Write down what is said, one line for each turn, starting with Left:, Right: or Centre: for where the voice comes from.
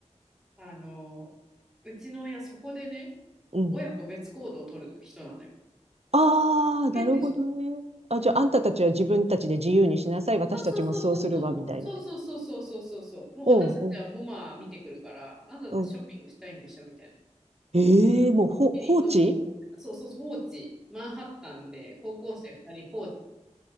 Centre: あの、うちの親そこでね、
Right: うん。
Centre: 親子別行動を取る人なのよ。
Right: ああ、なるほどね。
Centre: 変でしょ
Right: あ、じゃあ、あんたたちは自分たちで自由にしなさい。私たちもそうするわ、
Centre: そうそうそうそうそうそうそうそうそうそうそうそうもう私たちはモマ見てくるからあなただってショッピングしたいんでしょみたいな。
Right: みたいな。うんうん、うん。ええもう、ほ、
Centre: チリどうぞみたいなそうそうそう放置マンハッタンで高校生2人放置
Right: 放置